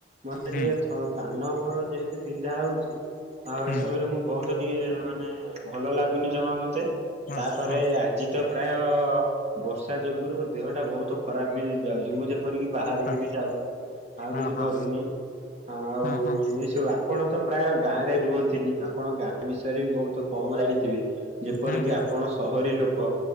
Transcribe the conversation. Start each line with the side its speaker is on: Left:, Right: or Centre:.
Right: ମତେ
Left: ହୁଁ
Right: ଟିକେ ଥ କାନ ମୋର ଯେହେତ ତୁ ବିନ୍ଧା ହଉଛି ଆଉ
Left: ହୁଁ
Right: ଏସବୁରେ ମୁଁ ବହୁତ ଟିକେ ମାନେ ଭଲ ଲାଗୁନି ଯମା ମତେ।
Left: ହଁ
Right: ତାପରେ
Left: ହଁ
Right: ଆଜି ତ ପ୍ରାୟ ବର୍ଷା ଯୋଗୁରୁ ମୋ ଦେହଟା ବହୁତ ଖରାପ ବି ଯାଉଛି ମୁଁ ଯେପରିକି ବାହାରକୁ
Left: ହଁ
Right: ବି ଯାଉନି। ଆଉ
Left: ହଁ
Right: କିଛି କରୁନି
Left: ହଁ
Right: ଆଉ
Left: ହଁ ହଁ
Right: ଏଇସେବା ଆପଣ ତ ପ୍ରାୟ ଗାଁ ରେ ରୁହନ୍ତିନି ଆପଣ ଗାଁ ବିଷୟରେ ବି ବହୁତ କମ ଜାଣିଥିବେ? ଯେପରିକି
Left: ହୁଁ ହୁଁ
Right: ଆପଣ ସହରୀ ଲୋକ